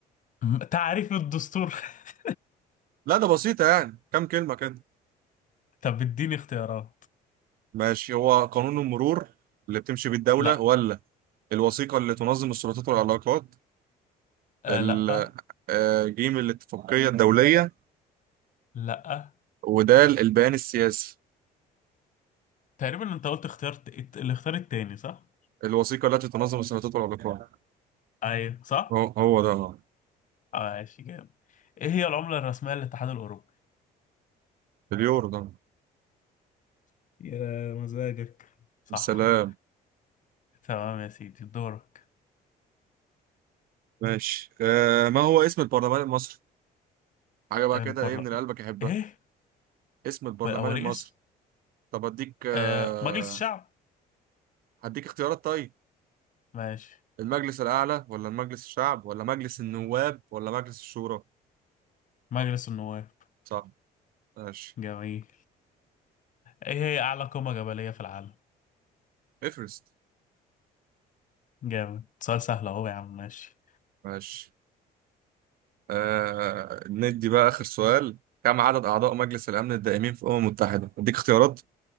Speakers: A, on the left; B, on the right.
A: م- تعريف الدستور <laughs>
B: لا ده بسيطة يعني كام كلمة كده
A: طب اديني اختيارات
B: ماشي هو قانون المرور اللي بتمشي بيه الدولة
A: لا
B: ولا الوثيقة اللي تنظم السلطات والعلاقات
A: آه
B: ال-
A: لا آه،
B: آه، جيم الاتفاقية الدولية
A: لا آه،
B: ودال البيان السياسي
A: تقريبا انت قلت اخترت الاختيار التاني صح؟
B: الوثيقة التي تنظم السلطات والعلاقات
A: ايوه صح؟
B: هو هو ده
A: آه، ماشي جامد ايه هي العملة الرسمية للاتحاد الاوروبي؟
B: اليورو ده
A: يا مزاجك صح
B: السلام
A: تمام يا سيدي دورك
B: ماشي آه ما هو اسم البرلمان المصري حاجة بقى
A: البرلمان
B: كده ايه من اللي قلبك يحبها
A: ايه
B: اسم البرلمان
A: هو الاولي
B: المصري
A: اسم
B: طب اديك آه
A: آه مجلس الشعب
B: هديك اختيارات طيب
A: ماشي
B: المجلس الأعلى ولا المجلس الشعب ولا مجلس النواب ولا مجلس الشورى
A: مجلس النواب
B: صح ماشي
A: جميل ايه هي اعلى قمة جبلية في العالم
B: افرست
A: جامد سؤال سهل اهو يا عم ماشي
B: ماشي آه ندي بقى آخر سؤال كم عدد أعضاء مجلس الأمن الدائمين في الأمم المتحدة اديك اختيارات